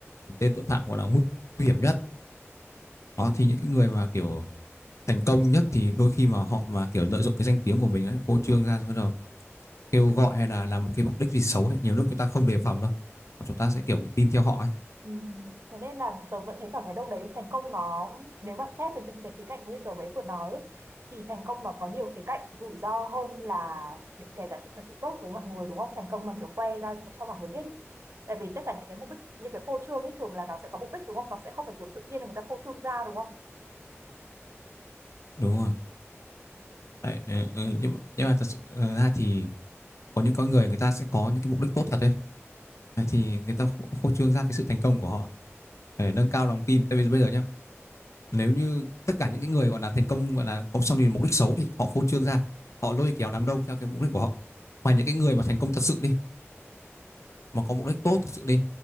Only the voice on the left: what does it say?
tên tội phạm gọi là nguy hiểm nhất Đó, thì những cái người mà kiểu thành công nhất thì đôi khi mà họ mà kiểu lợi dụng cái danh tiếng của mình ấy, phô trương ra rồi bắt đầu kêu gọi hay là làm một cái mục đích gì xấu ấy. Nhiều lúc chúng ta không đề phòng đâu. Chúng ta sẽ kiểu bị tin theo họ ấy.
Đúng rồi. Đấy, ừ, ừ, nhưng, mà- nhưng mà thật sự ờ, ra thì có những con người người ta sẽ có những cái mục đích tốt thật đấy. Đấy, thì người ta phô phô trương ra cái sự thành công của họ để nâng cao lòng tin. Tại vì bây giờ nhá, nếu như tất cả những cái người gọi là thành công gọi là có xong thì mục đích xấu thì họ phô trương ra, họ lôi kéo đám đông theo cái mục đích của họ. Mà những cái người mà thành công thật sự đi mà có mục đích tốt thật sự đi